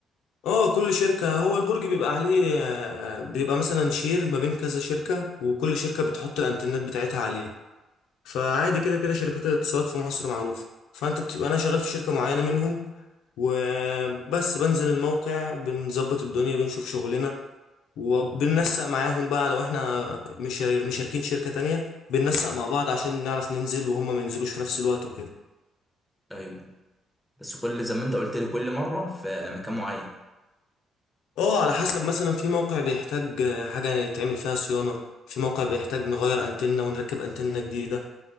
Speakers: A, on the left; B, in the centre.
A: اه كل شركة هو البرج بيبقى عليه آه، بيبقى مثلا شير ما بين كذا شركة وكل شركة بتحط الانترنت بتاعتها عليه فعادي كده كده شركات الاتصالات في مصر معروفة فانت بتبقى انا شغال في شركة معينة منهم وبس بنزل الموقع بنظبط الدنيا بنشوف شغلنا وبننسق معاهم بقى لو احنا مش مشاركين شركة تانية بننسق مع بعض عشان نعرف ننزل وهم ما ينزلوش في نفس الوقت وكده
B: ايوه بس كل زي ما انت قلت لي كل مرة في مكان معين
A: اه على حسب مثلا في موقع بيحتاج آه، حاجة يتعمل فيها صيانة في موقع بيحتاج نغير انتنة ونركب انتنة جديدة